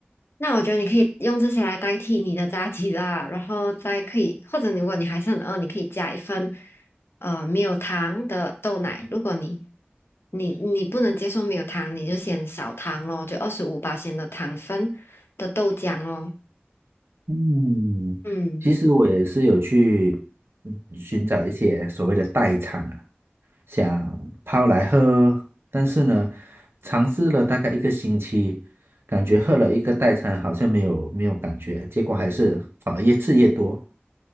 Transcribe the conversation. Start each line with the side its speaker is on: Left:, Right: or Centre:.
Left: 那我觉得你可以用这些来代替你的炸鸡啦，然后再可以，或者如果你还是很饿，你可以加一份呃没有糖的豆奶。如果你你你不能接受没有糖，你就先少糖咯，就二十五八仙的糖分的豆浆哦。
Right: 嗯，
Left: 嗯。
Right: 其实我也是有去嗯寻找一些所谓的代餐啊。想泡来喝喝但是呢，尝试了大概一个星期，感觉喝了一个代餐好像没有没有感觉，结果还是反而越吃越多，